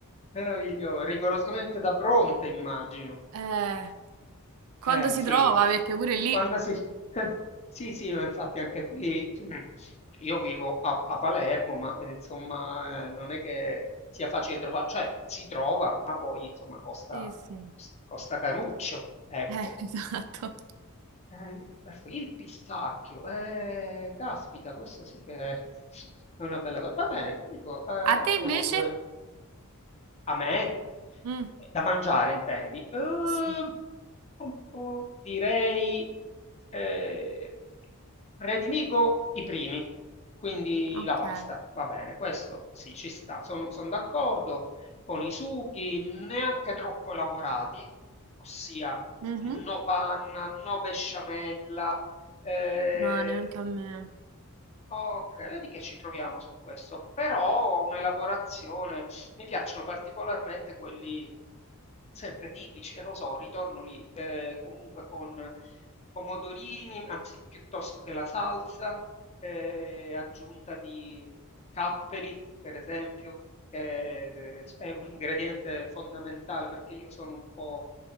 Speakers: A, on the left (about 30°); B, on the right (about 70°).
A: Meraviglioso. <laughs> Rigorosamente da Bronte, immagino.
B: eh, quando
A: Eh
B: si
A: sì,
B: trova,
A: sì.
B: perché pure lì...
A: quando si... <laughs> Sì, sì, ma infatti anche qui <clears throat> io vivo a, a Palermo, ma eh, insomma eh, non è che sia facile trovare, cioè si trova, ma poi insomma costa,
B: Sì, sì.
A: costa caruccio, ecco.
B: Eh, <laughs> esatto.
A: Eh, perfetto. il pistacchio, eh, caspita, questo sì che <laughs> è una bella cosa. Va bene, ti dico, eh, abbiamo
B: A te invece?
A: due, a me?
B: Mm,
A: Eh, Da mangiare, intendi? Ehm,
B: sì,
A: pu- pu- direi, eh, prediligo i primi, quindi
B: ok.
A: la pasta, va bene, questo sì, ci sta, sono, sono d'accordo con i sughi neanche troppo elaborati, ossia
B: Mhm.
A: no panna, no besciamella, eh,
B: No, neanche a me.
A: Okay, vedi che ci troviamo su questo, però ho un'elaborazione mi piacciono particolarmente quelli sempre tipici, e lo so, ritorno lì, ehm, comunque con pomodorini, anzi piuttosto che la salsa, ehm, aggiunta di capperi, per esempio, che eh, s è un ingrediente fondamentale, perché io sono un po'